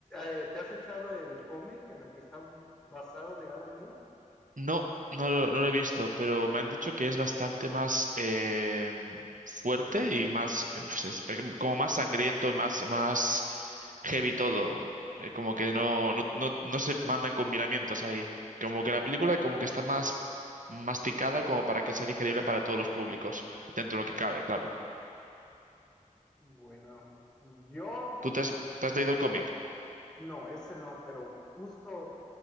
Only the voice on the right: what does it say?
No, no, lo- no lo he visto, pero me han dicho que es bastante más eh, fuerte y más, eh, pues es pe- como más sangriento, más, más heavy todo. Eh, como que no, no, no, no se mandan con miramientos ahí. Como que la película como que está más masticada como para que sea digerible para todos los públicos, dentro de lo que cabe, claro.
¿Tú te has, te has leído el cómic?